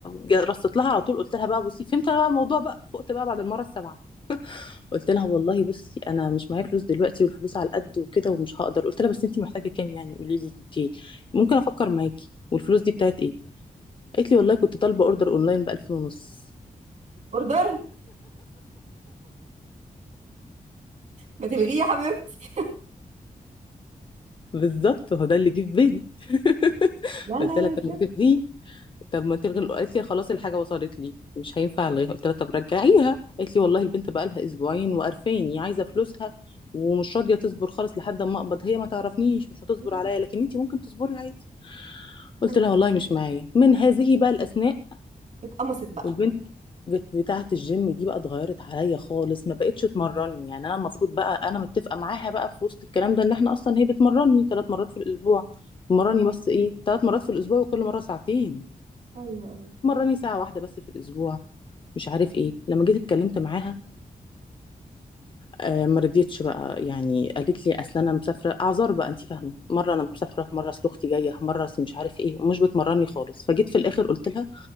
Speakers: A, on the left; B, on the right.
A: جا- رصت لها على طول قلت لها بقى بصي فهمت أنا بقى الموضوع بقى فقت بقى بعد المره السابعه قلت لها والله بصي انا مش معايا فلوس دلوقتي والفلوس على قد وكده ومش هقدر قلت لها بس انت محتاجه كام يعني قولي لي كنت إيه؟ ممكن افكر معاكي والفلوس دي بتاعت ايه قالت لي والله كنت طالبه اوردر اونلاين ب 2000 ونص
B: اوردر ما تلغيه يا حبيبتي
A: بالظبط هو ده اللي جه في بالي <laughs>
B: لا لا
A: قلت
B: لا
A: لها طب ما
B: بجد
A: تلغيه طب ما تلغي الأ- قالت لي خلاص الحاجه وصلت لي مش هينفع الغيها قلت لها طب رجعيها قالت لي والله البنت بقى لها اسبوعين وقرفاني عايزه فلوسها ومش راضيه تصبر خالص لحد ما اقبض هي ما تعرفنيش مش هتصبر
B: مم.
A: عليا لكن انت ممكن تصبري عادي قلت
B: ايوه
A: لها والله مش معايا من هذه بقى الاسماء
B: اتقمصت بقى
A: والبنت بت- بتاعه الجيم دي بقى اتغيرت عليا خالص ما بقتش تمرني يعني انا المفروض بقى انا متفقه معاها بقى في وسط الكلام ده ان احنا اصلا هي بتمرني ثلاث مرات في الاسبوع مرني
B: مم.
A: بس ايه ثلاث مرات في الاسبوع وكل مره ساعتين
B: ايوه ايوه
A: مرني ساعة واحدة بس في الأسبوع مش عارف ايه لما جيت اتكلمت معاها آه ما رضيتش بقى يعني قالت لي اصل انا مسافره اعذار بقى انت فاهمه مره انا مسافره مره اصل اختي جايه مره اصل مش عارف ايه ومش بتمرني خالص فجيت في الاخر قلت لها